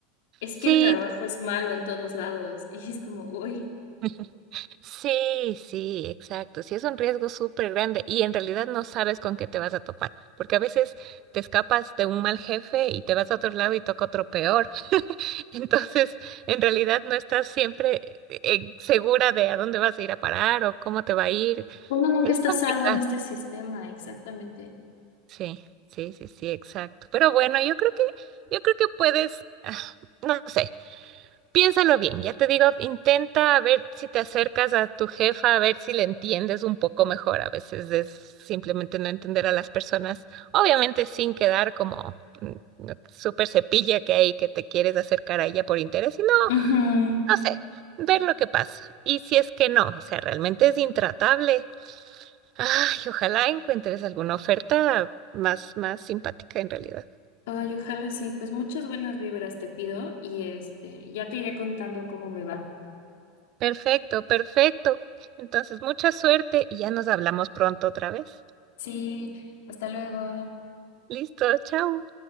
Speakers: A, on the left; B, on the right.
A: es
B: Sí,
A: que el trabajo es malo en todos lados. <laughs> Y es como, uy,
B: sí, <laughs> sí, sí, exacto. Sí, es un riesgo súper grande y en realidad no sabes con qué te vas a topar, porque a veces te escapas de un mal jefe y te vas a otro lado y toca otro peor. Entonces, en realidad no estás siempre eh, segura de a dónde vas a ir a parar o cómo te va a ir.
A: uno nunca
B: Es
A: está
B: complicado.
A: a salvo en este sistema, exactamente.
B: Sí, sí, sí, sí, exacto. Pero bueno, yo creo que, yo creo que puedes, ah, no sé, piénsalo bien. Ya te digo, intenta ver si te acercas a tu jefa, a ver si le entiendes un poco mejor. A veces es simplemente no entender a las personas, obviamente sin quedar como mm, súper cepilla que hay que te quieres acercar a ella por interés, sino
A: Ujú.
B: no sé, ver lo que pasa. Y si es que no, o sea, realmente es intratable. Ay, ojalá encuentres alguna oferta más, más simpática en realidad.
A: Ay, ojalá sí, pues muchas buenas vibras te pido y este, ya te iré contando cómo me va.
B: Perfecto, perfecto. Entonces, mucha suerte y ya nos hablamos pronto otra vez.
A: Sí, hasta luego.
B: Listo, chao.